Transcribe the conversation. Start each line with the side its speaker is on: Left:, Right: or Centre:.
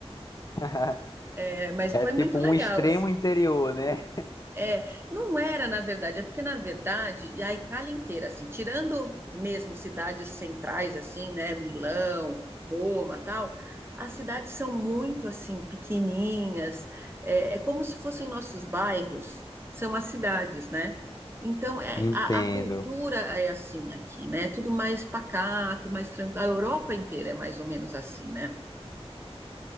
Left: <laughs>
Right: É, mas
Left: É
Right: foi
Left: tipo
Right: muito legal
Left: um extremo
Right: assim.
Left: interior, né?
Right: É, não era, na verdade, é porque, na verdade, e a Itália inteira, assim, tirando mesmo cidades centrais, assim, né, Milão, Roma, tal, as cidades são muito, assim, pequenininhas, é, é como se fossem nossos bairros, são as cidades, né? Então, é,
Left: Entendo.
Right: a, a cultura é assim aqui, né? Tudo mais pacato, mais tranquilo. A Europa inteira é mais ou menos assim, né?